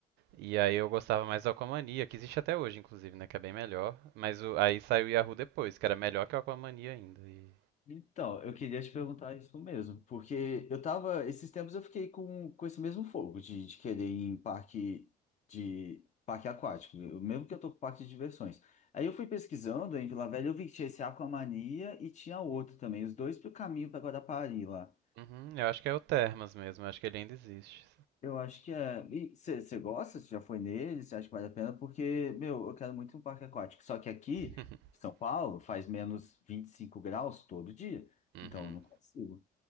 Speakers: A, on the right; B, on the left.
A: E aí eu gostava mais do Aquamania, que existe até hoje, inclusive, né? Que é bem melhor. Mas o- aí saiu o Yahoo depois, que era melhor que o Aquamania ainda. E...
B: então, eu queria te perguntar isso mesmo, porque eu tava, esses tempos eu fiquei com, com esse mesmo fogo de, de querer ir em parque de parque aquático, eu- mesmo que eu tô com parque de diversões. Aí eu fui pesquisando em Vila Velha, eu vi que tinha esse Aquamania e tinha outro também, os dois pro caminho para Guarapari lá.
A: Uhum, eu acho que é o Termas mesmo, eu acho que ele ainda existe.
B: Eu acho que é. E você gosta? Você já foi nele? Você acha que vale a pena? Porque, meu, eu quero muito um parque aquático. Só que aqui,
A: <laughs>
B: em São Paulo, faz menos 25 graus todo dia.
A: Uhum.
B: Então eu não consigo.